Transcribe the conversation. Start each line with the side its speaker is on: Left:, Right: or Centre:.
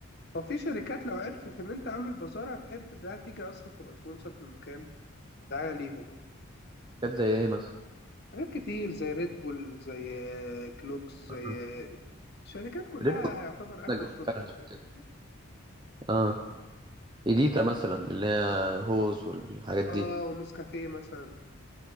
Left: هو في شركات لو عرفت إن أنت عامل بازار هتحب إنها تيجي أصلا تبقى سبونسر في المكان دعاية ليهم
Right: شركات زي ايه مثلا
Left: حاجات كتير زي ريد بول زي آه، كلوكس زي
Right: آه.
Left: آه، الشركات كلها
Right: ليه
Left: يعتبر أكل
Right: بتنجح
Left: وشرب
Right: فعلا
Left: فاهم
Right: كده
Left: قصدي؟
Right: اه ايديتا مثلا اللي هي هوز والحاجات دي
Left: آه ونسكافيه مثلا